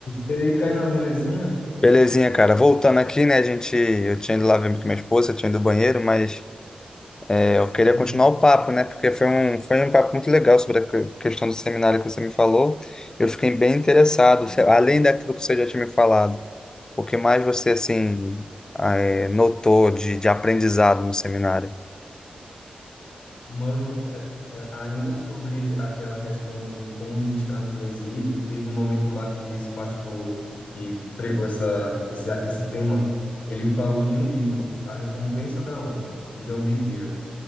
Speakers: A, on the left (about 55°); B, on the left (about 25°).
A: E aí, Kainan, belezinha?
B: Belezinha, cara. Voltando aqui, né? A gente, eu tinha ido lá ver com minha esposa, eu tinha ido ao banheiro, mas é,
A: Sim.
B: eu queria continuar o papo, né? Porque foi um, foi um papo muito legal sobre a que- questão do seminário que você me falou. Eu fiquei bem interessado,
A: Boa.
B: se- além daquilo que você já tinha me falado. O que mais você, assim, ah, é, notou de, de aprendizado no seminário?
A: Mano, é, ainda sobre aquela questão de como ministrar no presídio, teve um momento lá que esse pastor que pregou essa, esse, esse tema, ele falou de um livro, A Recompensa da Honra, de John Bevere.